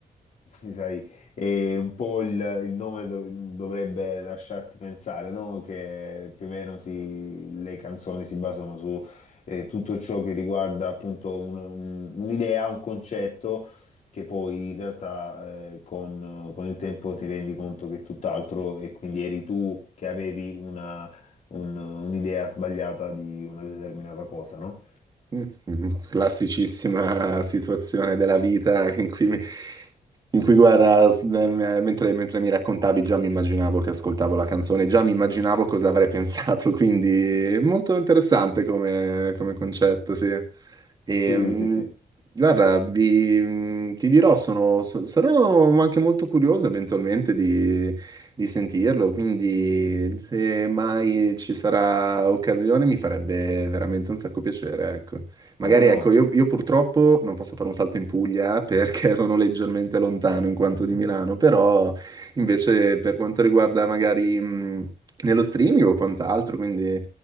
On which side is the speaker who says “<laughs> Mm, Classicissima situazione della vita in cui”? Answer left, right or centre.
Right